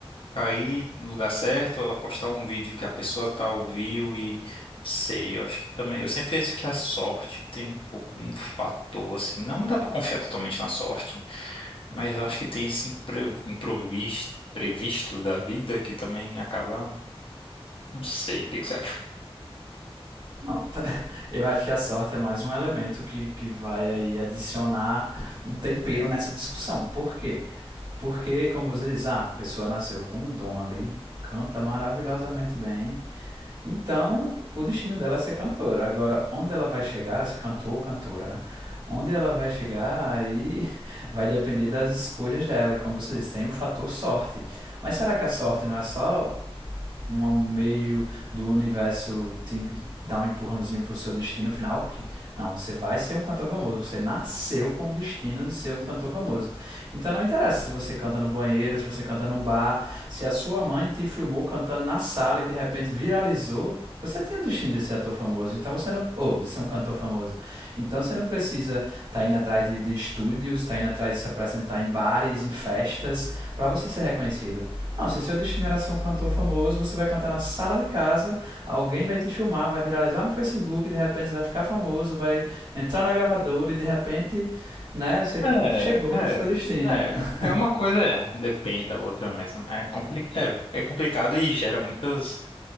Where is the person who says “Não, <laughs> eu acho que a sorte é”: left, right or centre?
Right